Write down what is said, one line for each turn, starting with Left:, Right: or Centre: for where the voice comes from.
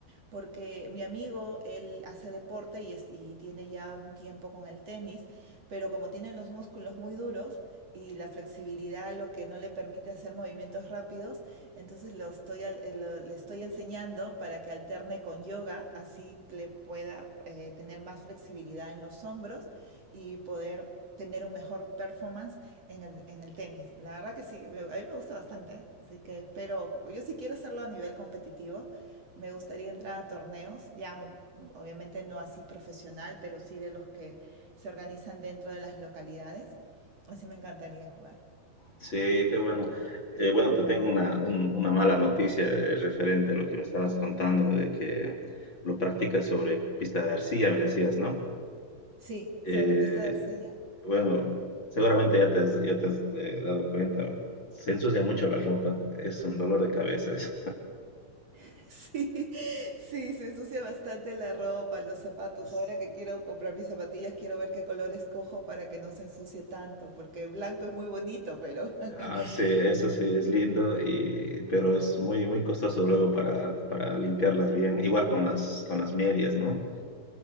Right: porque mi amigo, él hace deporte y, es- y tiene ya un tiempo con el tenis, pero como tiene los músculos muy duros y la flexibilidad lo que no le permite hacer movimientos rápidos, entonces lo estoy, al- eh, lo- le estoy enseñando para que alterne con yoga, así que le pueda eh, tener más flexibilidad en los hombros y poder tener un mejor performance en el, en el tenis. La verdad que sí, me- a mí me gusta bastante, ¿eh? así que espero, yo sí quiero hacerlo a nivel competitivo, me gustaría entrar a torneos, ya mm, obviamente no así profesional, pero sí de los que se organizan dentro de las localidades, así me encantaría jugar.
Left: Sí, qué bueno. Eh, bueno, te tengo una, un- una mala noticia eh, referente a lo que me estabas contando, de que lo practicas sobre pista de arcilla, me decías, ¿no?
Right: Sí,
Left: Eh,
Right: sobre pista de arcilla.
Left: Bueno, seguramente ya te has, ya te has eh, dado cuenta. Se ensucia mucho la ropa. Es un dolor de cabeza eso.
Right: <laughs> Sí, sí, se ensucia bastante la ropa, los zapatos.
Left: Es-
Right: Ahora que quiero comprar mis zapatillas, quiero ver qué color escojo para que no se ensucie tanto, porque blanco es muy bonito, pero
Left: ah, sí,
Right: <laughs>
Left: eso sí es lindo, y, pero es muy, muy costoso luego para, para limpiarlas bien. Igual con las, con las medias, ¿no?